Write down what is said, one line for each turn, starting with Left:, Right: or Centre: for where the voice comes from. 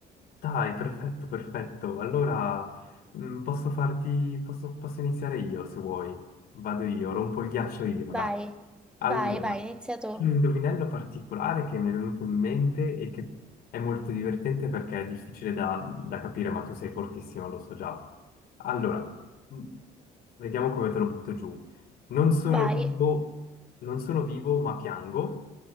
Left: Dai, perfetto, perfetto. Allora, mm, posso farti, posso, posso iniziare io se vuoi. Vado io, rompo il ghiaccio io, dai.
Centre: Vai,
Left: Allora,
Centre: vai, vai, inizia tu,
Left: un indovinello particolare che mi è venuto in mente e che è molto divertente perché è difficile da, da capire, ma tu sei fortissimo, lo so già. Allora, mm, vediamo come te lo butto giù. Non sono
Centre: vai.
Left: vivo, non sono vivo, ma piango.